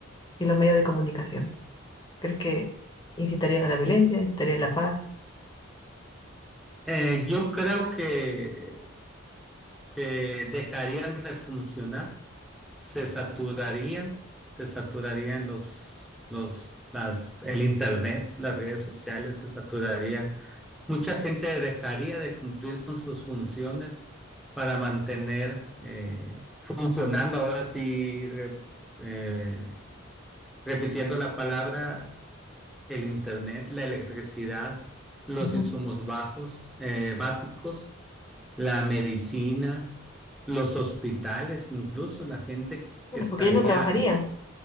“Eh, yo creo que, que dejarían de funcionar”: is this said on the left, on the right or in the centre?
Centre